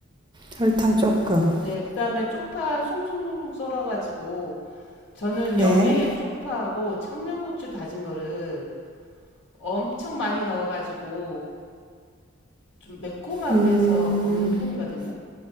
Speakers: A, on the right (about 20°); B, on the left (about 60°).
A: 설탕 조금.
B: 네, 그 다음에 쪽파 송송송송 썰어가지고, 저는
A: 네.
B: 여기에 쪽파하고 청양고추 다진 거를 엄청 많이 넣어가지고, 좀 매콤하게
A: 음,
B: 해서 먹는 편이거든요.